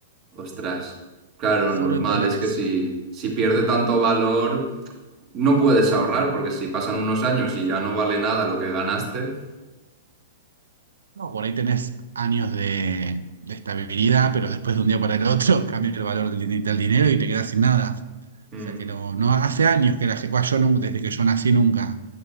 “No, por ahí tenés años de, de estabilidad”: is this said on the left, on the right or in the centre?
Right